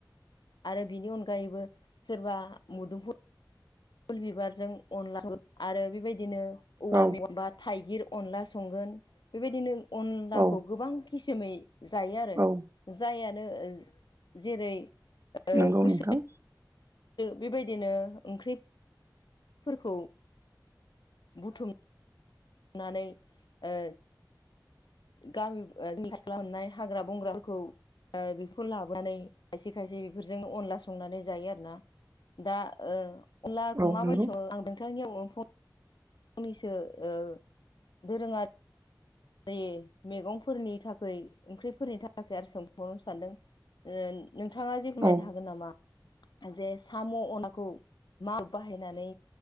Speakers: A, on the left; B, on the right.
A: आरो बिनि अनगायैबो सोरबा मुदोमफु फुल बिबारजों अनला आरो बेबायदिनो औवा
B: औ
A: मेवाय बा थाइगिर अनला संगोन बेबायदिनो अनलाखौ
B: औ
A: गोबां खिसुमै जायो आरो।
B: औ
A: जायानो जेरै ओ
B: नोंगौ
A: गोसो
B: नोंथां।
A: बेबायदिनो ओंख्रि फोरखौ बुथुम बुथुम नानै ओ गामिनि सिख्ला मोननाय हाग्रा बंग्राफोरखौ ओ बेखौ लाबोनानै खायसे खायसे बेफोरजों अनला संनानै जायो आरो ना। दा ओ अनलाखौ
B: औ
A: माबोरै
B: नंगौ
A: सङो आं नोंथांनियाव फंनैसो फंनैसो ओ दोरोङारि दे मैगंफोरनि थाखाय ओंख्रिफोरनि थाखाय आरो सोंबावनो सानदों। नोंथाङा जे <unintelligible>
B: औ
A: हागोन नामा? जे साम' अनाखौ माग बाहायनानै